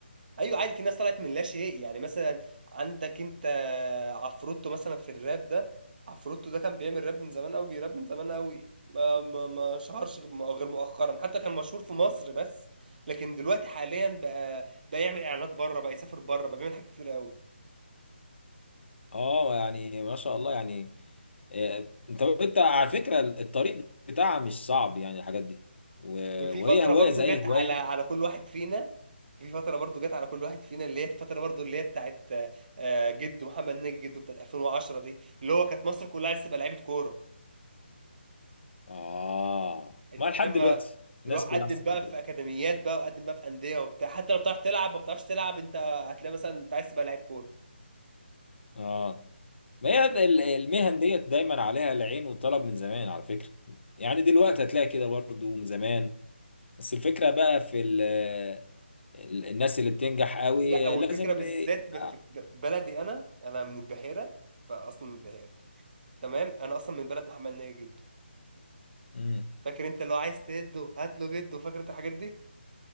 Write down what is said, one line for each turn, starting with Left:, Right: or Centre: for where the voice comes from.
Right: ايوه عادي في ناس طلعت من لا شيء يعني مثلا عندك انت عفروتو مثلا في الراب ده عفروتو ده كان بيعمل راب من زمان قوي بيراب من زمان قوي ما ما ما شهرش غ- غير مؤخرا حتى كان مشهور في مصر بس لكن دلوقتي حاليا بقى بقى يعمل اعلانات بره بقى يسافر بره بقى بيعمل حاجات كتير قوي
Left: اه يعني ما شاء الله يعني آه، انت انت على فكرة الطريق بتاعها مش صعب يعني الحاجات دي و-
Right: وفي
Left: وهي
Right: فترة
Left: هواية
Right: برضو
Left: زي
Right: جت
Left: هواية
Right: على على كل واحد فينا في فترة برضو جت على كل واحد فينا اللي هي الفترة برضو اللي هي بتاعت آه، جده محمد نجي جده بتاعت 2010 دي اللي هو كانت مصر كلها لسه بقى لعيبة كورة
Left: اه
Right: انت
Left: ما
Right: فاهم
Left: لحد دلوقتي الناس
Right: روح
Left: كلها
Right: قدم
Left: عسل
Right: بقى
Left: كده
Right: في اكاديميات بقى وقدم بقى في انديه وبتاع حتى لو بتعرف تلعب ما بتعرفش تلعب انت هتلاقي مثلا انت عايز تبقى لعيب كوره
Left: اه ما
Right: انت
Left: هي
Right: فاهم
Left: ال- المهن ديت دايما عليها العين والطلب من زمان على فكرة يعني دلوقتي هتلاقي كده برضو من زمان بس الفكرة بقى في ال ال- الناس اللي بتنجح قوي
Right: لا والفكره
Left: لازم
Right: بالذات ب- في
Left: آه.
Right: في بلدي انا انا من البحيره فاصلا من البحيره تمام انا اصلا من بلد محمد ناجي جده
Left: مم.
Right: فاكر انت لو عايز تهده هات له جده فاكر انت الحاجات دي